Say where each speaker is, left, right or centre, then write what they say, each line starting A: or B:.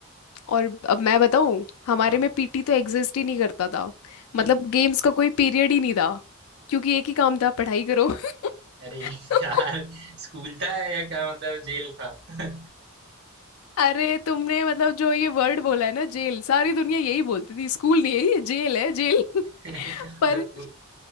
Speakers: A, on the left; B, on the right.
A: और अब मैं बताऊं हमारे
B: हाँ
A: में पीटी तो एग्जिस्ट ही नहीं करता था
B: क्यों
A: मतलब गेम्स का कोई पीरियड ही नहीं था क्योंकि एक ही काम था पढ़ाई करो
B: अरे
A: <laughs>
B: <laughs> यार स्कूल था या क्या मतलब जेल था <laughs>
A: अरे तुमने मतलब जो ये वर्ड बोला है ना जेल सारी दुनिया यही बोलती थी स्कूल नहीं है ये जेल है जेल
B: मतलब
A: <laughs> पर
B: उ,